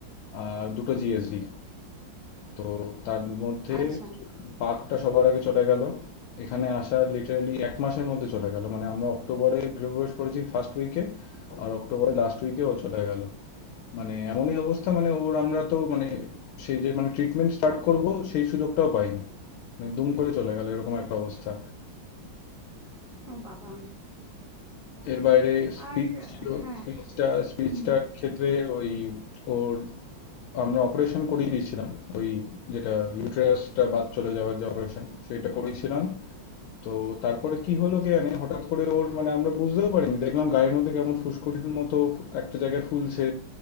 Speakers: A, on the left; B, in the centre.
A: আর দুটো জিএসডি তো তার মধ্যে
B: আচ্ছা
A: পাগটা সবার আগে চলে গেল এখানে আসার লিটারালি এক মাসের মধ্যে চলে গেল মানে আমরা অক্টোবরে গৃহপ্রবেশ করেছি ফার্স্ট উইকে আর অক্টোবরে লাস্ট উইকে ও চলে গেল মানে এমনই অবস্থা মানে ওর আমরা তো মানে সেই যে মানে ট্রিটমেন্ট স্টার্ট করব সেই সুযোগটাও পাইনি মানে দুম করে চলে গেল এরকম একটা অবস্থা
B: ও বাবা
A: এর বাইরে স্পিচ
B: আর আহ,
A: ছিল
B: হ্যাঁ
A: স্পিচটা স্পিচটার
B: হুম
A: ক্ষেত্রে ওই ওর আমরা অপারেশন করিয়ে দিয়েছিলাম ওই যেটা ইউটেরাসটা বাদ চলে যাওয়ার যে অপারেশন সেটা করিয়েছিলাম তো তারপরে কি হলো কে জানে হঠাৎ করে ওর মানে আমরা বুঝতেও পারিনি দেখলাম গায়ের মধ্যে কেমন ফুসকুড়ির মতো একটা জায়গায় ফুলছে